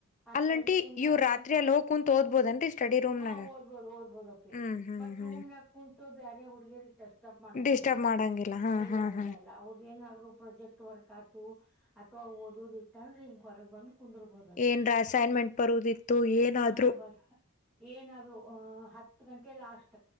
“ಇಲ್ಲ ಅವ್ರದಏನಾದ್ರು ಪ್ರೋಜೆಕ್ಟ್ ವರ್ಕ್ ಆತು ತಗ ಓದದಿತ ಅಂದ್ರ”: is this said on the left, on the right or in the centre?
Centre